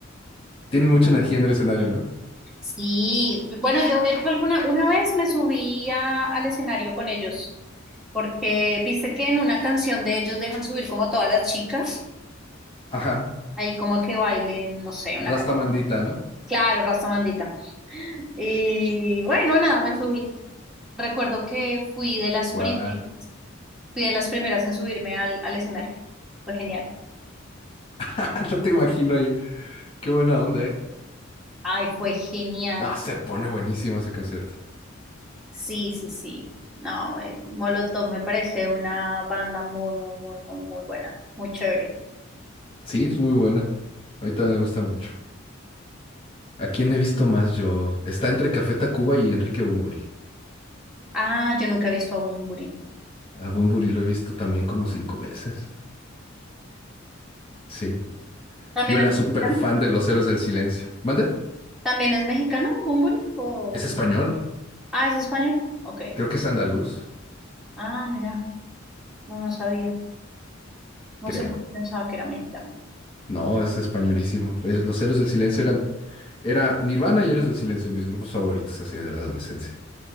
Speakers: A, on the left; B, in the centre.
A: Tienen mucha energía en el escenario, ¿no?
B: Sí, bueno, yo de hecho alguna, una vez me subí a- al escenario con ellos, porque viste que en una canción de ellos dejan subir como a todas las chicas.
A: Ajá.
B: Ahí como que bailen, no sé, una
A: Rasta
B: canción.
A: Mandita, ¿no?
B: Claro, raza mandita. Y bueno, nada, me subí. Recuerdo que fui de las
A: Guau.
B: primeras, fui de las primeras en subirme al, al escenario. Fue genial.
A: <laughs> No te imagino ahí. Qué buena onda, ¿eh?
B: Ay, fue genial.
A: Ah, se pone buenísimo ese concierto.
B: Sí, sí, sí. No, eh, Molotov me parece una banda muy, muy, muy, muy, muy buena. Muy chévere.
A: Sí, es muy buena. Ahorita me gusta mucho. ¿A quién he visto más yo? Está entre Café Tacuba y Enrique Bunbury.
B: Ah, yo nunca he visto a Bunbury.
A: A Bunbury lo he visto también como cinco veces. Sí.
B: ¿También
A: Yo era
B: es
A: súper
B: mexicano?
A: fan de Los Héroes del Silencio. ¿Mande?
B: ¿También es mexicano, Bunbury? ¿O...
A: Es español.
B: Ah, ¿es español? Ok.
A: Creo que es andaluz.
B: Ah, mira, no, no sabía. No
A: Creo.
B: sé por qué pensaba que era mexicano.
A: No, es españolísimo. Es- Los Héroes del Silencio eran... Era Nirvana y Héroes del Silencio, mis grupos favoritos así de la adolescencia.